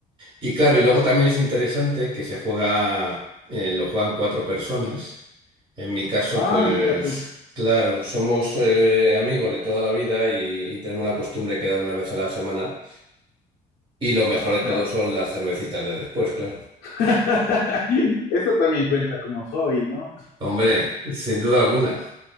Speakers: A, on the right; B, on the left.
A: Y claro, y luego también es interesante que se juega, eh, lo juegan cuatro personas. En mi caso,
B: Ah,
A: pues
B: mira tú.
A: claro, somos eh, amigos de toda la vida y, y tenemos la costumbre de quedar una vez a la semana. Y lo mejor de todo
B: Ah,
A: son las cervecitas de después, claro.
B: <laughs> Esto también cuenta como hobby, ¿no?
A: Hombre, sin duda alguna.